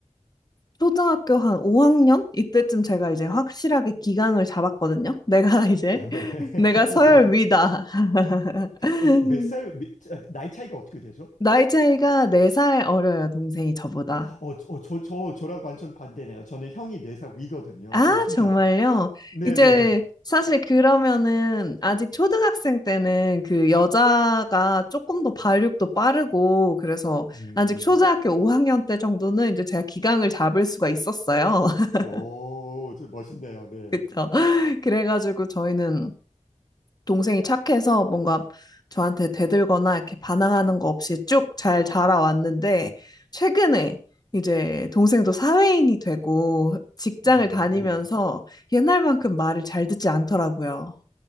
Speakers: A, on the left; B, on the left.
A: 초등학교 한 5학년? 이때쯤 제가 이제 확실하게 기강을 잡았거든요. 내가 <laughs> 이제,
B: 어, 네.
A: 내가
B: <laughs>
A: 서열
B: 네.
A: 위다. <laughs>
B: 어, 근데 몇 살, 미- 자, 나이 차이가 어떻게 되죠?
A: 나이 차이가 4살 어려요, 동생이 저보다.
B: 어, 저, 어, 저, 저, 저랑 완전 반대네요. 저는 형이 네 살 위거든요.
A: 아,
B: 어, 신기하다.
A: 정말요?
B: 네네.
A: 이제 사실 그러면은 아직 초등학생 때는 그 여자가 조금 더 발육도 빠르고 그래서
B: 음,
A: 아직 초등학교 5학년 때 정도는 이제 제가 기강을 잡을 수가 있었어요. <laughs>
B: 오, 좀 멋있네요. 네.
A: 그쵸? 그래가지고 저희는 동생이 착해서 뭔가 저한테 대들거나 이렇게 반항하는 거 없이 쭉 잘 자라왔는데, 최근에 이제 동생도 사회인이 되고 직장을
B: 어,
A: 다니면서
B: 네.
A: 옛날만큼 말을 잘 듣지 않더라고요.